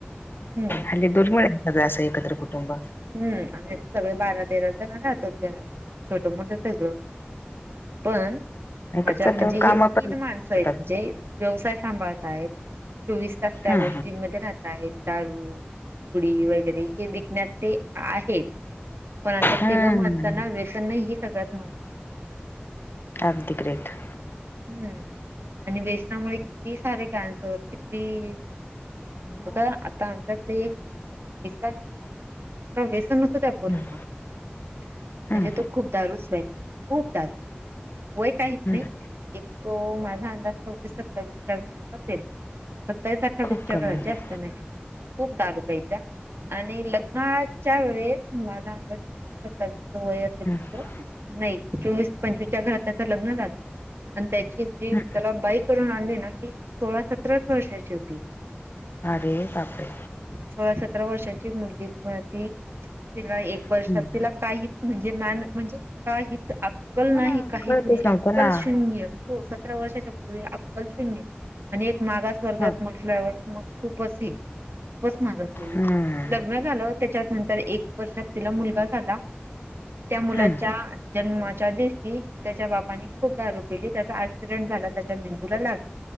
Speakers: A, on the right; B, on the left.
A: हम्म
B: हल्ली दुर्मिळ आहे सगळं असं एकत्रकुटुंब.
A: हम् आणि् सगळे बारा तेरा जण राहतच जण छोट मोठ सगळं. पण माझ्या
B: कसं
A: म्हणजे
B: तर
A: हे
B: काम
A: तीन
B: पण
A: माणसं आहेतण
B: करतात
A: जे व्यवसाय सांभाळत आहेत. चोवीस तास त्या
B: हम्म
A: गोष्टींमध्ये राहत आहेत दारू पुडी वगैरे हे विकण्यात, ते आहेत. पण आमच्या
B: हम्म
A: तिघं माणसांना व्यसन नाही ही सगळ्यात महत्त्वाची गोष्ट आहे.
B: अगदी ग्रेट.
A: हम्म आणि वेसनामुळे किती सारे कॅन्सर किती.
B: हो
A: आता आमच्याकडे एक किस्सा गला त व्यसन होत त्या <inaudible> मुलाला
B: हम्म
A: म्हणजे
B: हम्म
A: तो खूप दारूच प्यायचा खूप दारू प्यायचा. वय काहीच
B: हम्म
A: नाही. एक माझा अंदाज सव्वीस सत्तावीसच्या घरात असेल तो सत्तावीस असेल. अठ्ठावीस
B: खूप
A: च्या
B: कमी
A: घरात
B: हम्म
A: जास्त नाही, खूप दारू प्यायचा. आणि लग्नाच्या वेळेस माझा अंदाज सव्वीस सत्तावीसच वय असेल
B: हम्म
A: त्याच नाही चोवीस पंचवीसच्या घरात त्याचं लग्न झालं. आणि त्याची जी
B: हम्म
A: त्याला बाय करून आणली ना ती सोळा सतराच वर्षाची होती.
B: अरे बापरे!
A: सोळा सतरा वर्षाची मुलगी तिला एक वर्षात
B: हम्म
A: तिला काही- म्हणजे म्हणजे का अक्कल नाही
B: हा
A: काही
B: कळतच
A: नाही
B: नव्हतं
A: अ-
B: ना
A: सतरा वर्षाच्या अक्कल शून आणि मा स्वर्गात
B: हा
A: म्हटल्यावर मग खूप, खूपच महाग असलेली
B: हम्म
A: लग्न झालं त्याच्यात नंतर एक वर्षात तिला मुलगा झाला. त्या मुलाच्या
B: हम्म
A: जन्माच्या दिवशी त्याच्या बापानी खूप दारू पली त्याचा ऍक्सिडेंट झाला त्याच्या मेंदूला लागला.